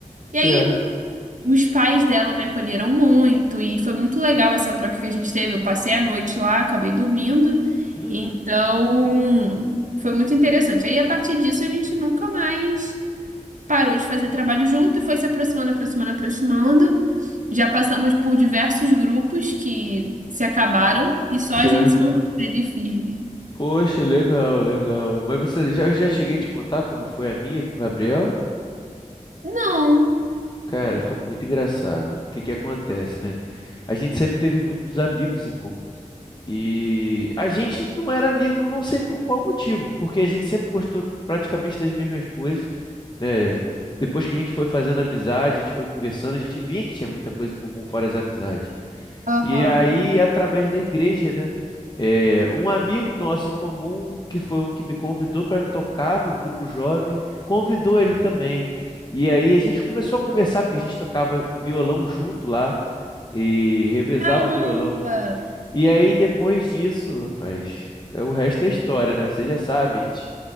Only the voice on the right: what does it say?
E
aí, os pais dela me acolheram muito e foi muito legal essa troca que a gente teve. Eu passei a noite lá, acabei dormindo.
Então, foi muito interessante. Aí, a partir disso, a gente nunca mais parou de fazer trabalho junto e foi se aproximando, aproximando, aproximando. Já passamos por diversos grupos que se acabaram e só
a gente se manteve ali firme.
Não.
Aham.
Caramba.